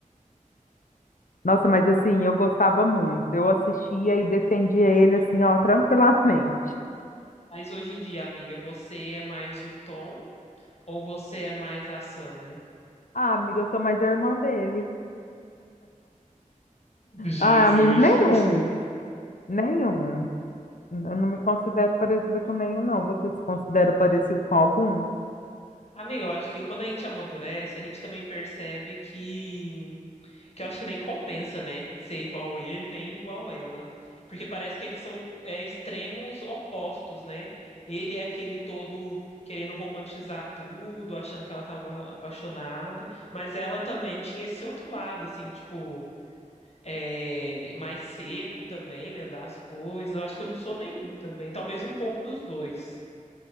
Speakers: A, on the left; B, on the left.
A: Nossa, mas assim, eu gostava muito. Eu assistia e defendia ele assim, ó, <laughs> tranquilamente.
B: Mas hoje em dia, amiga, você é mais o Tom ou você é mais a Summer?
A: Ah, amiga, eu sou mais a irmã dele.
B: Jesus.
A: Ah, amigo, nenhum.
B: <laughs>
A: Nenhum. Eu não me considero parecida com nenhum, não. Você se considera parecido com algum?
B: Amiga, eu acho que quando a gente amadurece, a gente também percebe que que eu acho que nem compensa, né? Ser igual ele, nem igual ela. Porque parece que eles são é, extremos opostos, né? Ele é aquele todo querendo romantizar tudo, achando que ela estava apaixonada, mas ela também tinha esse outro lado, assim, tipo, é, mais seco também, né? Das coisas. Eu acho que eu não sou nenhum também. Talvez um pouco dos dois.